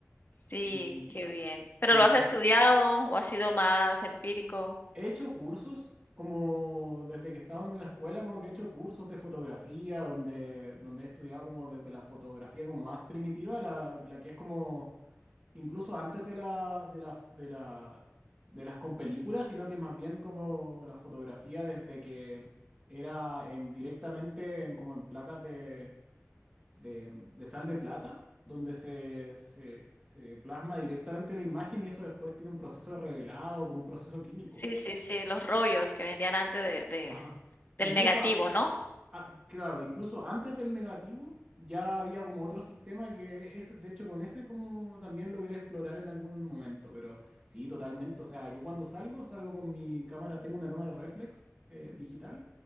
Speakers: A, on the left; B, on the right.
A: Sí,
B: Y,
A: qué bien. ¿Pero
B: y en
A: lo has
B: base,
A: estudiado o ha sido más empírico?
B: he hecho cursos, como desde que estaba en la escuela, como que he hecho cursos de fotografía, donde, donde he estudiado como desde la fotografía como más primitiva, la, la que es como incluso antes de la, de la, de la, de las con películas, sino que más bien como la fotografía desde que era en, directamente en, como en placas de de, de sal de plata, donde se, se, se plasma directamente la imagen y eso después tiene un proceso de revelado, como un proceso químico.
A: Sí, sí, sí, los rollos
B: Y-
A: que vendían antes de de
B: Ajá. Incluso,
A: del negativo,
B: a-
A: ¿no?
B: a- claro, incluso antes del negativo ya había como otro sistema que es, de hecho, con ese como también logré explorar en algún momento, pero sí, totalmente. O sea, yo cuando salgo, salgo con mi cámara, tengo una cámara reflex eh, digital